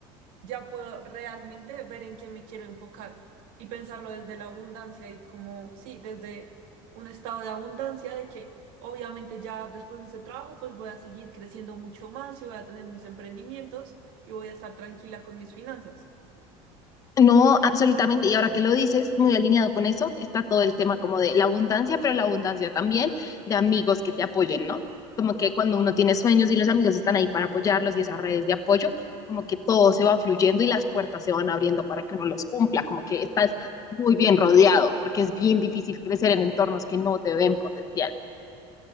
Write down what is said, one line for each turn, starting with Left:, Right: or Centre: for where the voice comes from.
Right: ya puedo realmente ver en qué me quiero enfocar y pensarlo desde la abundancia y como, sí, desde un estado de abundancia de que obviamente ya después de este trabajo pues voy a seguir creciendo mucho más y voy a tener mis emprendimientos y voy a estar tranquila con mis finanzas.
Left: No, absolutamente. Y ahora que lo dices, muy alineado con eso, está todo el tema como de la abundancia, pero la abundancia también de amigos que te apoyen, ¿no? Como que cuando uno tiene sueños y los amigos están ahí para apoyarlos y esas redes de apoyo, como que todo se va fluyendo y las puertas se van abriendo para que uno los cumpla, como que estás muy bien rodeado, porque es bien difícil crecer en entornos que no te ven potencial.